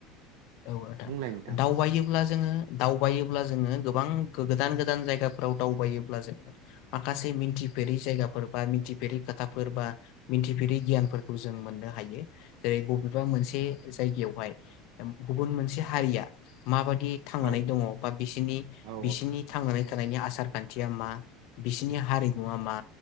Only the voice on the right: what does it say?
बुंलाय नोंथां
औ
औ